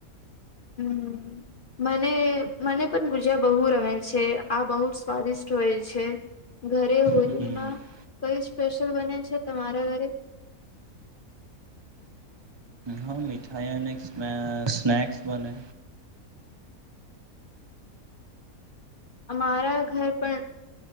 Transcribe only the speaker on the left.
હમ્મ મને મને પણ ગુજા બહુ રમે છે આ બહુ જ સ્વાદિષ્ટ હોય છે. ઘરે હોલીમાં
કઈ સ્પ <unintelligible> બને છે તમારા ઘરે.
અમારા ઘર પણ